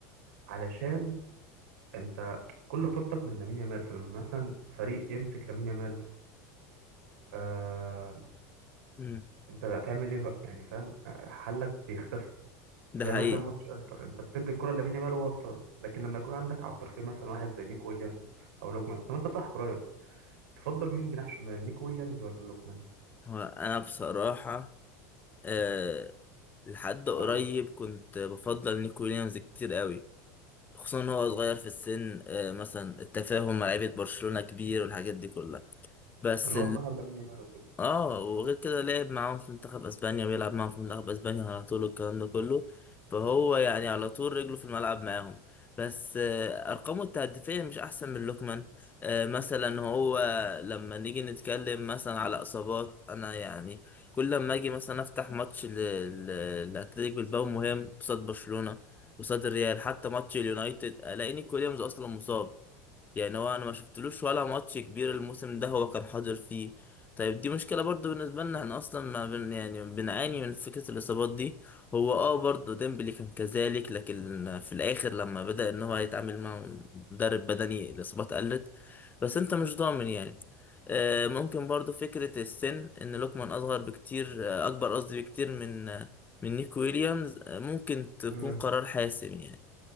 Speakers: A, on the right; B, on the left.
A: علشان انت كل خطورتك من لامين يامال فلما مثلا فريق يمسك لامين يامال آه
B: مم.
A: انت هتعمل ايه بقى يعني فاهم آه، حلك بيختفي
B: ده
A: زي
B: حقيقي
A: مثلا ماتش انتر انت بتدي الكرة لامين يامال وهو اتصرف لكن لما يكون عندك على الطرفين مثلا واحد زي نيكو ويليامز او لوكمان طب انت صاحب رايك تفضل مين جناح شمال نيكو ويليامز ولا لوكمان
B: هو أنا بصراحة أه لحد قريب
A: اه
B: كنت بفضل نيكو ويليامز كتير قوي خصوصا إن هو صغير في السن أه مثلا التفاهم مع لعيبة برشلونة كبير والحاجات دي كلها بس
A: ان هو صاحب لامين يامال وكده
B: اه وغير كده لعب معاهم في منتخب اسبانيا ويلعب معاهم في منتخب اسبانيا على طول والكلام ده كله فهو يعني على طول رجله في الملعب معاهم بس آه، ارقامه التهديفيه مش احسن من لوكمان آه، مثلا هو لما نيجي نتكلم مثلا على اصابات انا يعني كل لما اجي مثلا افتح ماتش ل- ل- لاتلتيك بالباو مهم قصاد برشلونه قصاد الريال حتى ماتش اليونايتد الاقيني كل يوم اصلا مصاب يعني هو انا ما شفتلوش ولا ماتش كبير الموسم ده هو كان حاضر فيه طيب دي مشكلة برضو بالنسبة لنا احنا اصلا ما بن يعني بنعاني من فكرة الاصابات دي هو اه برضو ديمبلي كان كذلك لكن في الاخر لما بدأ ان هو يتعامل مع مدرب بدني الاصابات قلت بس انت مش ضامن يعني آه، ممكن برضو فكرة السن ان لوكمان اصغر بكتير آه، اكبر قصدي بكتير من آه، من نيك ويليامز آه، ممكن تكون
A: مم.
B: قرار حاسم يعني